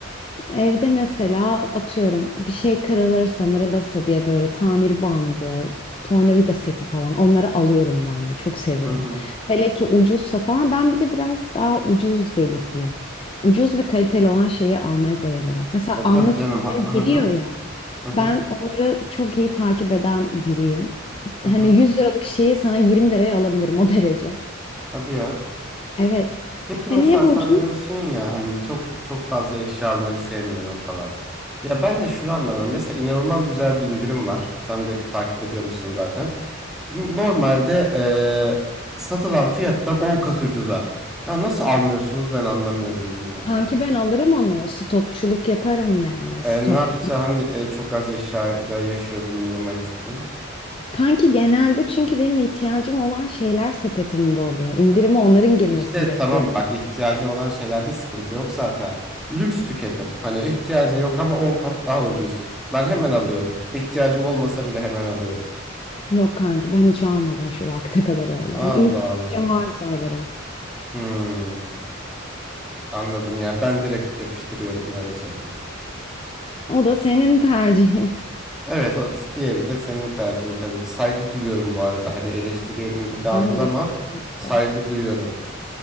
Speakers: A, on the left; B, in the centre.
A: Evde mesela atıyorum bir şey kırılırsa mırılırsa diye böyle tamir bandı, tornavida seti falan onları alıyorum ben de çok seviyorum.
B: hı. hı.
A: Hele ki ucuzsa falan ben bir de biraz daha ucuz delisiyim. Ucuz ve kaliteli olan şeyi almaya bayılırım. Mesela
B: E tabii
A: anlık
B: canım.
A: indirim
B: Ha- Hı
A: geliyor
B: hı.
A: ya
B: Hı hı.
A: ben onları çok iyi takip eden biriyim.
B: Hı
A: Hani
B: hı.
A: 100 liralık şeyi sana 20 liraya alabilirim o derece.
B: Hadi ya.
A: Evet.
B: Peki
A: Hani
B: mesela
A: hem ucuz
B: sen diyorsun ya hani çok çok fazla eşya almayı sevmiyorum falan. Ya ben de şunu anlamıyorum. Mesela inanılmaz güzel bir indirim var. Sen de takip ediyor musun zaten? Normalde eee, satılan fiyattan 10 kat ucuza. Ya nasıl almıyorsunuz ben anlamıyorum bunları
A: Kanki
B: mesela.
A: ben alırım onu. Stokçuluk yaparım yani.
B: E,
A: Stoklarım.
B: ne yapacağım hani e, çok az eşyayla yaşıyordum minimalistin.
A: Kanki genelde çünkü benim ihtiyacım olan şeyler sepetimde oluyor. İndirime onların
B: İşte
A: girmesini bekliyorum.
B: tamam bak ihtiyacın olan şeylerde sıkıntı yok zaten. Lüks tüketim. Hani ihtiyacın yok ama 10 kat daha ucuz. Ben hemen alıyorum. İhtiyacım olmasa bile hemen alıyorum.
A: Yok kanki ben hiç almadım şu vakte kadar öyle.
B: Allah
A: İhtiyacım
B: Allah.
A: varsa alırım.
B: Hmm, anladım ya. Ben direkt yapıştırıyorum öyle söyleyeyim.
A: O da senin tercihin.
B: Evet o diğeri de senin tercihin tabii ki. Saygı duyuyorum bu arada. Hani eleştiriyorum gibi algılama.
A: Ben de kesinlikle.
B: Saygı duyuyorum.